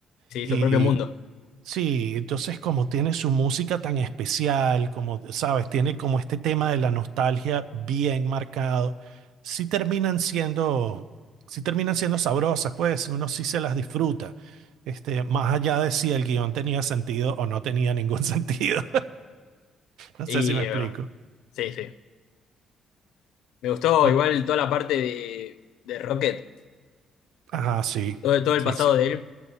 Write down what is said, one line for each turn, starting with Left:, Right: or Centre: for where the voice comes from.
Left: Sí,
Right: y
Left: su propio mundo.
Right: Sí, entonces como tiene su música tan especial, como, sabes, tiene como este tema de la nostalgia bien marcado, sí terminan siendo, sí terminan siendo sabrosas, pues uno sí se las disfruta, este, más allá de si el guión tenía sentido o no tenía ningún <laughs> sentido. No
Left: Y
Right: sé si me explico.
Left: de verdad. Sí, sí. Me gustó
Right: Bue-
Left: igual toda la parte de, de Rocket.
Right: ajá, sí,
Left: Todo, todo
Right: sí,
Left: el pasado
Right: sí,
Left: de él.